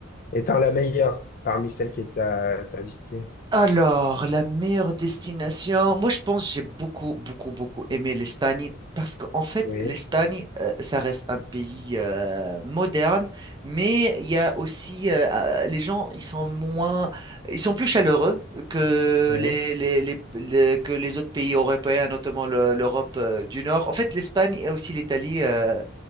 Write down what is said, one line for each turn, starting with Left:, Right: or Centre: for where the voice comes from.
Left: étant la meilleure parmi celles que tu as, visitées.
Right: Alors, la meilleure destination, moi je pense que j'ai beaucoup, beaucoup, beaucoup aimé l'Espagne parce qu'en fait,
Left: Oui.
Right: l'Espagne, euh, ça reste un pays euh, moderne, mais il y a aussi, euh, euh, les gens, ils sont moins, ils sont plus chaleureux que
Left: Oui.
Right: les, les- les- les- que les autres pays européens, notamment le- l'Europe euh, du Nord. En fait, l'Espagne et aussi l'Italie euh,